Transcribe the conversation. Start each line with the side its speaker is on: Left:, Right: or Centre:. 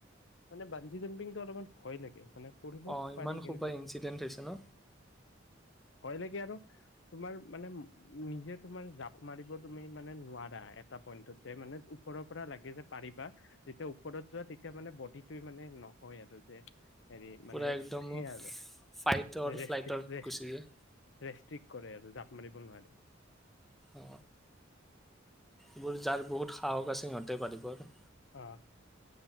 Left: মানে বান্জি জাম্পিংটো অলপমান ভয় লাগে। মানে কৰিবঢ
Centre: অ
Left: পাৰি
Centre: ইমান সোপা
Left: কিন্তু অ
Centre: ইনচিডেণ্ট হৈছে ন
Left: কলে। আৰু তোমাৰ মানে নিজে তোমাৰ জাপ মাৰিব তুমি মানে নোৱাৰা এটা পইন্টত যে মানে ওপৰৰ পৰা লাগে যে পাৰিবা যেতিয়া ওপৰত যোৱা তেতিয়া মানে বডিটে মানে নহয় আৰু যে হেৰি
Centre: পুৰা
Left: মানে
Centre: একদম
Left: সেই আৰু
Centre: ফাইটৰ
Left: ৰেষ্টিক
Centre: ফ্লাইটত
Left: ৰেষ্ট
Centre: গুচি যায়
Left: ৰেষ্টিক কৰে আৰু জাঁপ মাৰিব নোৱাৰে,
Centre: অ এইোৰ যাৰ বহুত সাহকা আছে সিহঁতে পাৰিব আৰু
Left: আহ।